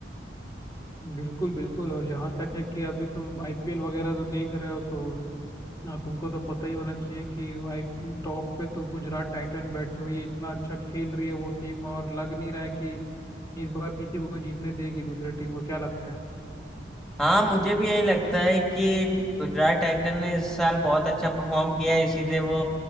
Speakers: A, on the left; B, in the centre.
A: बिल्कुल बिल्कुल और जहाँ तक है कि अभी तो आईपीएल वगैरह तो देख रहे हो तो हाँ तुमको तो पता ही होना चाहिए कि आई टॉप पे तो गुजरात टाइटन बैठी हुई है इतना अच्छा खेल रही है वो टीम और लग नहीं रहा है कि इस बार किसी को जीतने देगी दूसरी टीम को क्या लगता है
B: हाँ मुझे भी यही लगता है कि गुजरात टाइटन ने इस साल बहुत अच्छा परफॉर्म किया है इसीलिए वो